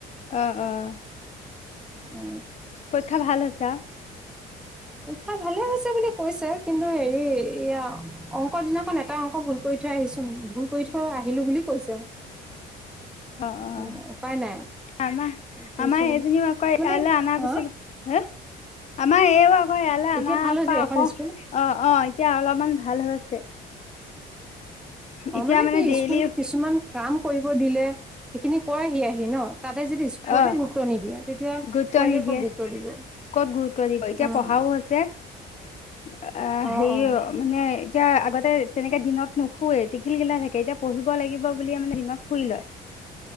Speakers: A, on the left; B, in the centre.
A: অ' অ',
B: অ
A: পৰীক্ষা ভাল হৈছে আ।
B: পৰীক্ষা ভালে হৈছে বুলি কৈছে, কিন্তু হেৰি এয়া অংক দিনাখন এটা
A: <unintelligible> অ'
B: অংক ভুল কৰি থৈ আহিছো ভুল কৰি থৈ আহিলো বুলি কৈছে।
A: অ'
B: উম উপায় নাই
A: আমা,
B: কৰিছো
A: আমাৰ
B: বুলি
A: এজনিও আকৌ ইয়ালে
B: মানে
A: অনা
B: হা
A: পিছত হে, আমৰ এইও আকৌ ইয়ালৈ
B: এতিয়া
A: অনা
B: ভাল হৈছে
A: পা
B: এখন
A: আকৌ
B: স্কুল
A: অ', অ' এতিয়া অলপমান ভাল হৈছে।
B: অ'
A: এতিয়া
B: মানে কি
A: ডেইলি
B: স্কুলত
A: এ
B: কিছুমান কাম কৰিব দিলে সেইখিনি কয়হি আহি ন? তাতে যদি স্কুলতে
A: অ
B: গুৰুত্ব নিদিয়ে তেতিয়া
A: গুৰুত্ব
B: পোৱালি
A: নিদিয়ে
B: ক'ত গুৰুত্ব দিব?
A: ক'ত গুৰুত্ব দিব, এতিয়া
B: উম
A: পঢ়াও হৈছে, আঁ
B: অ
A: হেৰি
B: অ
A: মানে এতিয়া আগতে তেনেকে দিনত নোশুৱে টিখিলগিলাই থাকে, এতিয়া পঢ়িব লাগিব বুলিয়ে মানে দিনত শুই লয়।